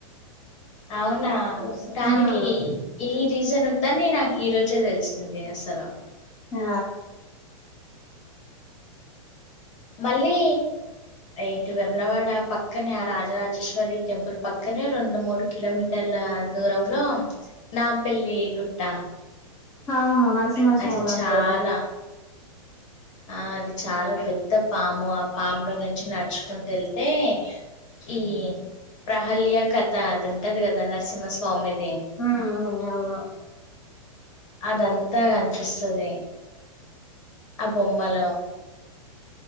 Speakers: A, on the left; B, on the left.
A: అవునా
B: ఉమ్
A: దానికి ఈ రీజన్ ఉందని నాకు ఈ రోజే తెలిసింది అసలు
B: ఆ
A: మళ్ళీ ఏంటి వేమ్లవాడ పక్కనే ఆ రాజరాజేశ్వరి టెంపుల్ పక్కనే రెండు మూడు కిలోమీటర్ల దూరంలో నాంపల్లి గుట్ట
B: అవును నరసింహస్వామి
A: అది చాలా
B: అంటారు
A: ఆ అది చాలా పెద్ద పాము ఆ పాములో నుంచి నడుచుకుంటూ వెళ్తే ఈ ప్రహల్య కథ అదింటది కదా నరసింహస్వామిది
B: హా ఆ అవును
A: అదంతా కనిపిస్తది అ బొమ్మలో